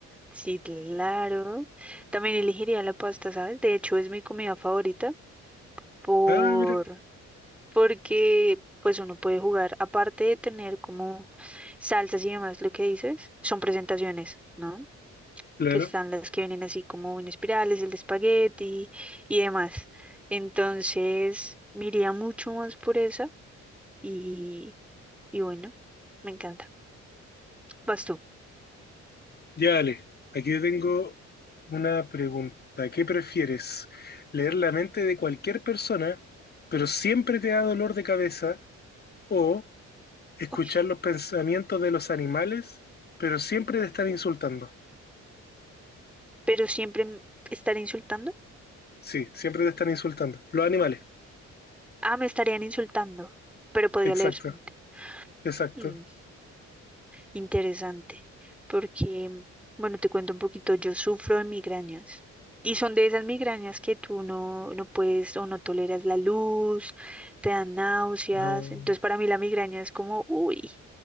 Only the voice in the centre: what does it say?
sí, claro. También elegiría la pasta, ¿sabes? De hecho, es mi comida favorita por
porque pues uno puede jugar aparte de tener como salsas y demás, lo que dices, son presentaciones, ¿no?
que están las que vienen así como en espirales, el de espagueti y demás. Entonces, me iría mucho más por esa y, y bueno, me encanta. Vas tú.
Uy,
pero siempre m- estaré insultando.
Ah, me estarían insultando, pero podría
leer su mente.
Mm. Interesante, porque, bueno, te cuento un poquito, yo sufro de migrañas y son de esas migrañas que tú no, no puedes o no toleras la luz, te dan náuseas,
entonces para mí la migraña es como, uy,